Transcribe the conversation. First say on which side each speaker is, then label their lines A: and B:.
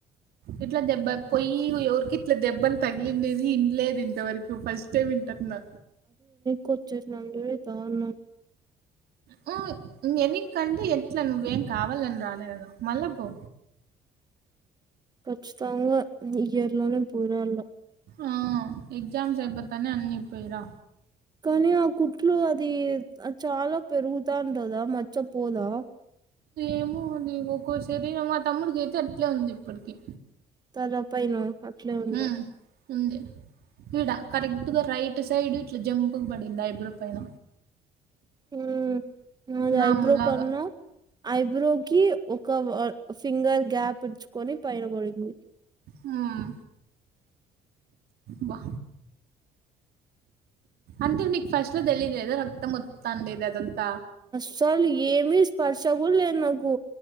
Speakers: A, on the right; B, on the right.
A: ఇట్లా దెబ్బ పోయి ఎవురికి ఇట్లా దెబ్బలు తగిలిండేది ఇన్లేదు ఇంతవరకు ఫస్ట్ టైం వింటన్నా
B: కొచ్చేసి నందువే దారుణం
A: హు ఇంగ ఎనిక్కి అంటే ఎట్ల నువు ఏం కావాల అని రాలే కద మళ్ళ పో
B: ఖచ్చితంగా ఇయర్ లోనే పోయి రాళ్ళ
A: ఆ ఎగ్జామ్స్ అయిపోతానే అన్ని పోయిరా
B: కానీ ఆ కుట్లు అది అది చాలా పెరుగుతాంటదా మచ్చ పోదా
A: ఏమో అది ఒక్కో శరీరం మా తమ్ముడికి అయితే అట్లే ఉంది ఇప్పటికి
B: తల పైన అట్లే ఉంద
A: హ్మ్. ఉంది ఇడ కరెక్ట్ గా రైట్ సైడ్ ఇట్ల జంపుగ్ పడింది ఐబ్రో పైన
B: హ్మ్ అది
A: నాంలాగా.
B: ఐబ్రో కన్నా ఐబ్రోకి ఒక వ సింగల్ గ్యాప్ ఇచ్చు కొని పైన పడింది
A: హ్మ్ బ్బ అంటే నీకు ఫస్ట్ లో తెలిలేద త మొత్తాండిదాదో క్క
B: సలు ఏమీ స్పర్శ కూడ్ లేదు నాకు